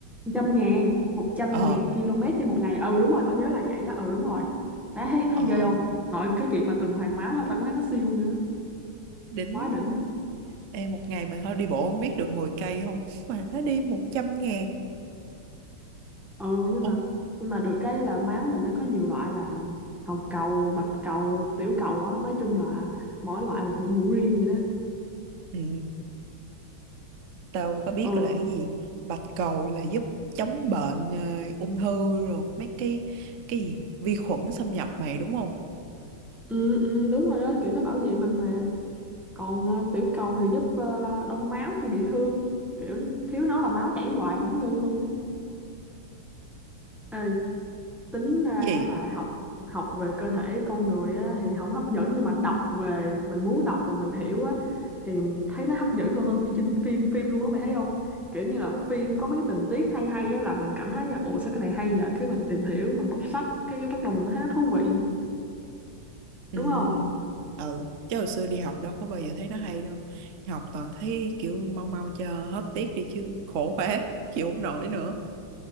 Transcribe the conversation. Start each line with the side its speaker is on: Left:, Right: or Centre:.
Centre: trăm ngàn một trăm
Right: ờ
Centre: ngàn km trên một ngày ừ đúng rồi tao nhớ là vậy á ừ đúng rồi Má thấy thấy
Right: ờ
Centre: ghê không nội cái chuyện mà tuần hoàn máu ha tao cũng thấy nó siêu nữa
Right: đính
Centre: quá đỉnh
Right: em một ngày mà thôi đi bộ không biết được 10 cây không mà nó đi 100 ngàn
Centre: ờ nhưng
Right: ôm
Centre: mà nhưng mà được cái là máu mình nó có nhiều loại là hồng cầu bạch cầu tiểu cầu á nói chung là mỗi loại một nhiệm vụ riêng vậy đó
Right: ừ, tao có biết
Centre: ờ
Right: là cái gì bạch cầu là giúp chống bệnh ờ, ung thư rồi mấy cái cái gì vi khuẩn xâm nhập mày đúng không
Centre: ừ, ừ đúng rồi đó kiểu nó bảo vệ mình mà còn ờ, tiểu cầu thì giúp ờ, đông máu khi bị thương kiểu thiếu nó là máu chảy hoài không ngưng luôn á Ê, tính ra
Right: gì
Centre: là học học về cơ thể con người á, thì không hấp dẫn nhưng mà đọc về mình muốn đọc và mình hiểu á thì thấy nó hấp dẫn còn hơn phim chinh phim phim luôn á mày thấy không kiểu như là phim có mấy cái tình tiết hay hay á là mình cảm thấy là ồ sao cái này hay vậy cái mình tìm hiểu mình đọc sách cái bắt đầu mình mới thấy nó thú vị
Right: ừ
Centre: đúng không
Right: ừ chứ hồi xưa đi học đâu có bao giờ thấy nó hay đâu học toàn thấy kiểu mau mau cho hết tiết đi chứ khổ quá chịu không nổi nữa